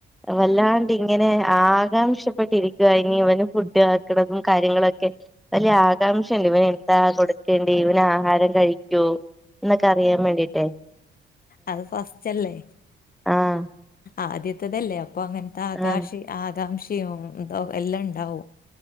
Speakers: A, in the centre; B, on the left.
A: വല്ലാണ്ടിങ്ങനെ ആകാംക്ഷപ്പെട്ടിരിക്കുക ഇനി ഇവന് ഫുഡ് ആക്കണം കാര്യങ്ങളൊക്കെ വലിയ ആകാംക്ഷയുണ്ട് ഇവന എന്താ കൊടു <unintelligible> ഇവന് ആഹാരം കഴിക്കോ എന്നൊക്കെ അറിയാൻ വേണ്ടിട്ടേ
B: അത് ഫസ്റ്റ് അല്ലേ
A: ആഹ്
B: ആദ്യത്തതല്ലേ അപ്പൊ അങ്ങൻത്തെ ആകാശ
A: ആഹ്
B: ആകാംക്ഷയും എന്ത എല്ലാം ഇണ്ടാവും